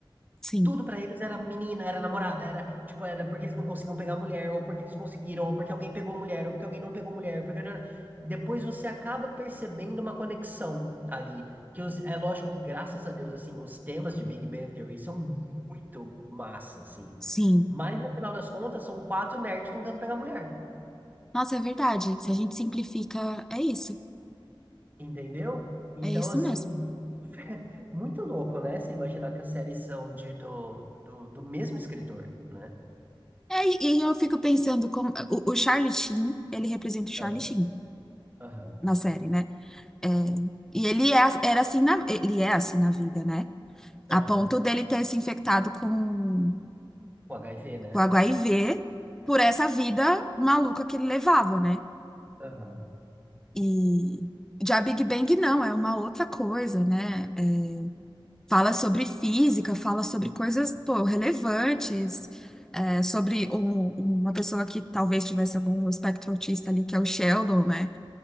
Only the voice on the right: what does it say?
Tudo pra eles era menina, era namorada, era tipo, era porque eles não conseguiam pegar mulher, ou porque eles conseguiram, ou porque alguém pegou mulher, ou porque alguém não pegou mulher, porque não- depois você acaba percebendo uma conexão ali, que os- é lógico que graças a Deus assim, os temas de Big Bang Theory são muito massa assim,
mas no final das contas são quatro nerds tentando pegar mulher.
Entendeu? Então,
assim,
<laughs> muito louco, né? Você imaginar que as séries são de, do, do, do mesmo escritor, né?
Ah,
Aham,
aham.
O HIV, né?
Aham.